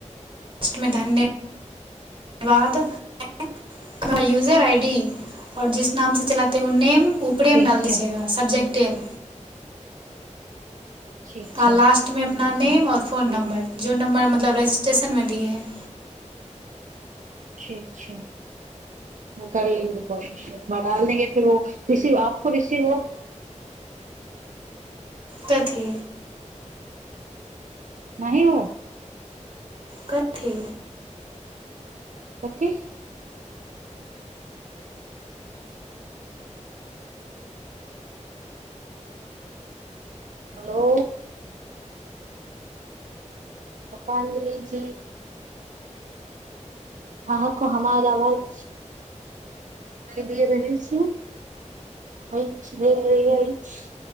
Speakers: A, on the right; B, on the right.
A: ट धन्यवाद धन्यवाद यूजर आई डी आर जिस नाम से चलाता तऽ उन्नेम ऊपरेमे
B: ठीक
A: डाल
B: छै
A: दिजीयएगा सबजेक्ट टेम
B: ठीक छै
A: आ लास्ट मे अपना नेम और फोन
B: हूँ
A: नंबर जो नम्बर मतब मतलब रजिस्ट्रेशनमे दियए है
B: ठीक छै कर लेंगी कोशिश बडाल देंगे फेर ओ रसीव आपको रसीव हो
A: कथी
B: नहि ओ
A: कथिे
B: कथी हेलो पुष्पांजलि जी अहाँके हमार आवाज सुना दे रहल छी अछि अछि